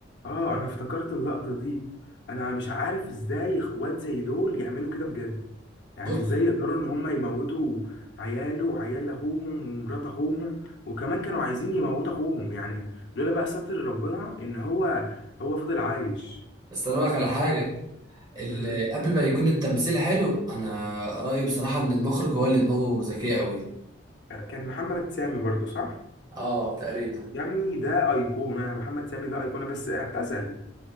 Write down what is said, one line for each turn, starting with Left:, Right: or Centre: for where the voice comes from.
Left: اه انا افتكرت اللقطة دي انا مش عارف ازاي اخوات زي دول يعملوا كده بجد يعني
Right: بص
Left: ازاي يقدروا ان هم يموتوا عياله وعيال اخوهم ومرات اخوهم وكمان كانوا عايزين يموتوا اخوهم يعني لولا بقى ستر ربنا ان هو هو فضل عايش
Right: بس انا لك على حاجه اللي
Left: امم
Right: قبل ما يكون التمثيل حلو انا رايي بصراحه ان المخرج هو اللي دماغه ذكيه قوي
Left: كان محمد سامي برضو صح
Right: اه تقريبا
Left: يا ابني ده ايقونة محمد سامي ده ايقونة بس اعتزل